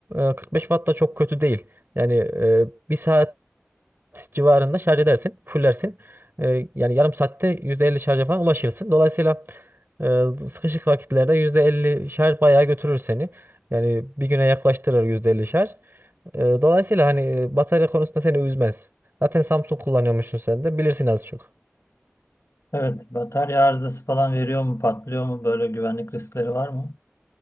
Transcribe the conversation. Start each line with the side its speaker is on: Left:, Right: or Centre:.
Right: e, 45 watt da çok kötü değil. Yani e, bir saat civarında şarj edersin, fullersin. Ee, yani yarım saatte %50 şarja falan ulaşırsın. Dolayısıyla e, sıkışık vakitlerde %50 şarj bayağı götürür seni. Yani bir güne yaklaştırır %50 şarj. Ee, dolayısıyla hani e, batarya konusunda seni üzmez. Zaten Samsung kullanıyormuşsun sen de bilirsin az çok.
Left: Evet, batarya arızası falan veriyor mu, patlıyor mu? Böyle güvenlik riskleri var mı?